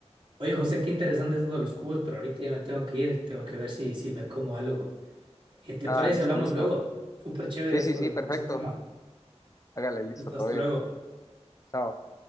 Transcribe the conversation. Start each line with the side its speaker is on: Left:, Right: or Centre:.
Right: Oye, José, qué interesante esto de los cubos, pero ahorita ya me tengo que ir, tengo que ver si, si me como algo. Eh, ¿te
Left: Ah,
Right: parece
Left: listo,
Right: si hablamos
Left: listo.
Right: luego? Súper chévere
Left: Sí,
Right: esto,
Left: sí, sí,
Right: del-
Left: perfecto.
Right: ese tema.
Left: Hágale, listo,
Right: Listo,
Left: todo
Right: hasta
Left: bien.
Right: luego.
Left: Chao.